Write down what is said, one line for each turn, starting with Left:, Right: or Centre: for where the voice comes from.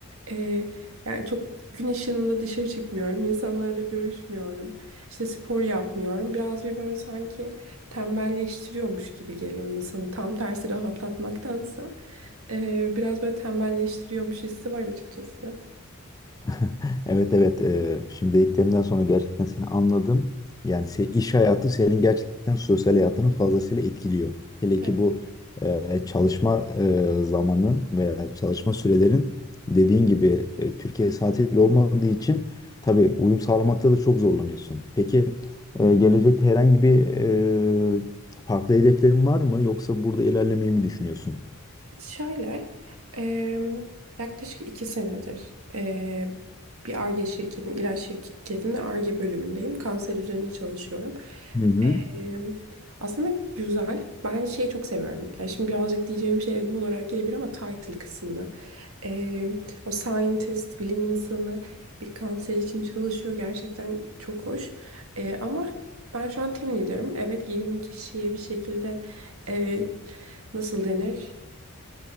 Right: Eee, yani çok gün ışığında dışarı çıkmıyorum. İnsanlarla görüşmüyorum. İşte spor yapmıyorum. Biraz bir böyle sanki tembelleştiriyormuş gibi geliyor insanı. Tam tersi rahatlatmaktansa. Eee, biraz böyle tembelleştiriyormuş hissi var açıkçası.
Left: <laughs> Evet evet Ee, şimdi dediklerimden sonra gerçekten seni anladım. Yani se- iş hayatı senin gerçekten sosyal hayatını fazlasıyla etkiliyor. Hele
Right: Evet,
Left: ki bu e, çalışma e, zamanın veya çalışma sürelerin dediğin gibi e, Türkiye saatiyle olmadığı için tabii uyum sağlamakta da çok zorlanıyorsun. Peki e, gelecekte herhangi bir e, farklı hedeflerin var mı yoksa burada ilerlemeyi mi düşünüyorsun?
Right: şöyle em, yaklaşık iki senedir e, bir Ar-Ge şirketin ilaç şirketinin Ar-Ge bölümündeyim. Kanser üzerine çalışıyorum.
Left: Hı hı.
Right: Em, aslında güzel. Ben şeyi çok seviyorum. Ya şimdi birazcık diyeceğim şey ego olarak gelebilir ama title kısmını. Em, o scientist, bilim insanı bir kanser için çalışıyor. Gerçekten çok hoş. E, ama ben şu an team leader'ım. Evet 20 kişiye bir şekilde e, nasıl denir?